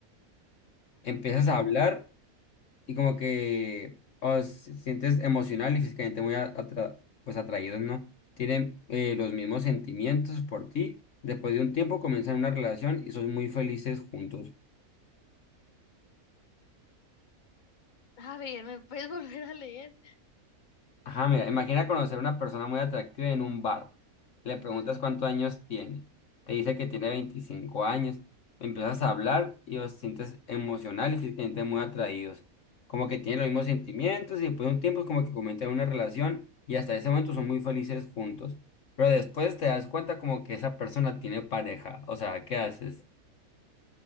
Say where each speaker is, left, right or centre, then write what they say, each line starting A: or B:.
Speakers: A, on the left; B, on the left.
A: Empiezas
B: Ah,
A: a hablar y como que os sientes emocional y físicamente muy a- atra- pues atraídos, ¿no? Tienen eh, los mismos sentimientos por ti. Después de un tiempo comienzan una relación y son muy felices juntos.
B: <laughs> a ver, ¿me puedes volver a leer?
A: Ajá, mira, imagina conocer a una persona muy atractiva en un bar. Le
B: Ujú.
A: preguntas cuántos años tiene. Te dice que tiene 25 años. Empiezas a hablar y os sientes emocional y físicamente muy atraídos. Como que tienen los mismos sentimientos y después de un tiempo es como que comienzan una relación y hasta ese momento son muy felices juntos. Pero después te das cuenta como que esa persona tiene pareja. O sea, ¿qué haces?